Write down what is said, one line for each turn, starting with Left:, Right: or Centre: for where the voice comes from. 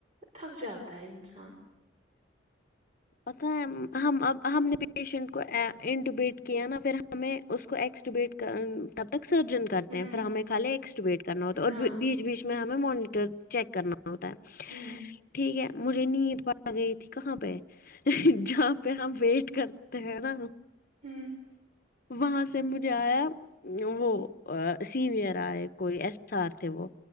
Right: تھک جاتا ہے انسان
Left: پتا ہے ہم اب ہم نے پیشنٹ کو اے این ڈبیٹ کیا نا پھر ہمیں اس کو ایکس ڈبیٹ کر تب تک سرجن کر کرتے
Right: ہوں
Left: ہیں پھر ہمیں خالی ایکسٹویٹ کرنا ہوتا ہے
Right: ہاں
Left: اور بیچ بیچ میں ہمیں مونیٹر چیک کرنا ہوتا ہے
Right: ہوں
Left: ٹھیک ہے مجھے نیند پڑ گئی تھی کہاں پہ جہاں پہ ہم ویٹ کرتے ہیں نا
Right: ہوں
Left: وہاں سے مجھے آیا وہ سینئر آئے کوئی ایس سار تھے وہ